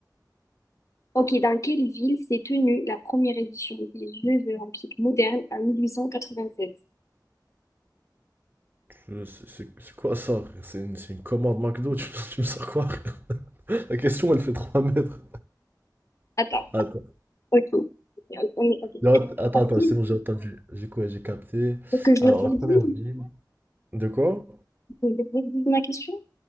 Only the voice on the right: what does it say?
je- C'est c'est- c'est quoi ça? C'est une, c'est une commande McDo, tu, <laughs> me tu me sors quoi? <laughs> La question, elle fait trois mètres.
Attends,
Non, attends,
attends,
c'est bon, j'ai entendu. J'ai quoi? J'ai capté.
Alors,
la première ville. De quoi?